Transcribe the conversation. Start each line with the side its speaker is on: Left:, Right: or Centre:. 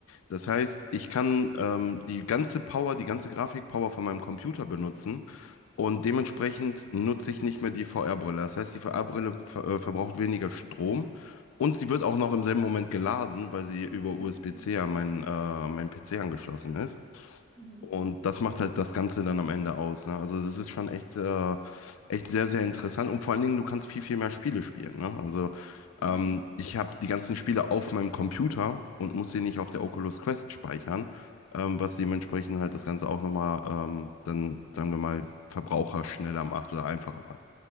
Left: Das heißt, ich kann ähm, die ganze Power, die ganze Grafikpower von meinem Computer benutzen und
Right: Mhm.
Left: dementsprechend nutze ich nicht mehr die VR-Brille. Das heißt, die VR-Brille ver äh, verbraucht weniger Strom und sie wird auch noch im selben Moment geladen, weil sie über
Right: Mhm.
Left: USB-C an meinen äh, an meinen PC angeschlossen ist.
Right: Mhm.
Left: Und das macht halt das Ganze dann am Ende aus. Ne? Also das ist schon echt, äh, echt sehr, sehr interessant. Und vor allen Dingen, du kannst viel, viel mehr Spiele spielen. Ne? Also
Right: Mhm.
Left: ähm, ich habe die ganzen Spiele auf meinem Computer und muss sie nicht auf der Oculus Quest speichern, ähm, was dementsprechend halt das Ganze auch nochmal ähm, dann, sagen wir mal, verbraucherschneller macht oder einfacher macht.